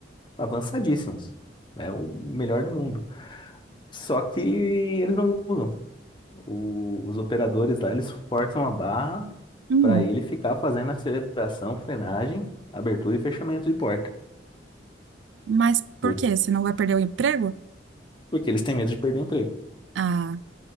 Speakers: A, on the left; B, on the right.
A: avançadíssimo. É o melhor do mundo. Só que eles não usam. o- os operadores lá, eles forçam a barra
B: uhum.
A: para ele ficar fazendo aceleração, frenagem, abertura e fechamento de porta.
B: Mas por
A: Por-
B: quê? Você não vai perder o emprego?
A: Porque eles têm medo de perder o emprego.
B: Ah,